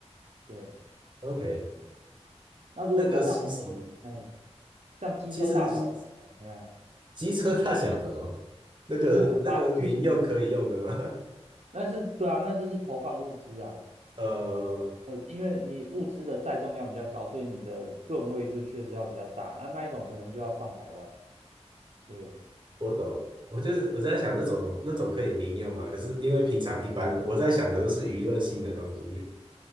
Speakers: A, on the right (about 75°); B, on the right (about 45°).
A: 对，
B: OK，
A: 那如果你要像摩托，
B: 那个其实
A: 嗯，像机车大小的那种，
B: 其实
A: 那样，
B: 机车 <laughs> 大小的哦，那个那个民用可以用的吗？
A: 就是很怕巨型。但是，对啊，那就是投放物资啊，
B: <laughs> 呃，
A: 呃，因为你物资的载重量比较高，所以你的吨位就确实要比较大，那、那一种可能就要上百万。对，
B: 我懂，我就是我在想那种那种可以民用嘛，可是因为平常一般人我在想的都是娱乐性的东西，